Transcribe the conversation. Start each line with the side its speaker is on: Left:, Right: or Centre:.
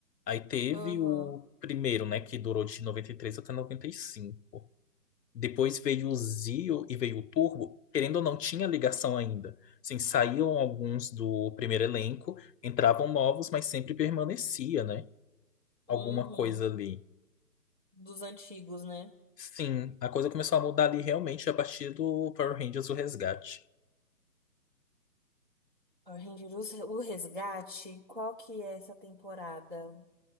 Left: Aí teve
Right: aham,
Left: o primeiro, né, que durou de 93 até 95. Depois veio o Zio e veio o Turbo, querendo ou não, tinha ligação ainda. Assim, saíam alguns do primeiro elenco, entravam novos, mas sempre permanecia, né? Alguma
Right: uhum,
Left: coisa ali.
Right: Dos antigos, né?
Left: Sim, a coisa começou a mudar ali realmente a partir do Power Rangers O Resgate.
Right: Ranger, os- o resgate, qual que é essa temporada?